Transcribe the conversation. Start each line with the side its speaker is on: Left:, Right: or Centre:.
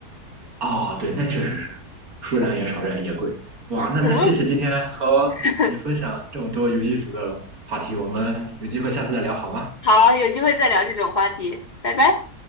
Right: 哦，对，那确实是，数量也少，
Left: 对，
Right: 人也贵。哇，那那谢谢今天和你你分享这么多有意思的话题，
Left: 可能 <laughs>
Right: 我们有机会下次再聊好吗？
Left: 好，有机会再聊这种话题，拜拜。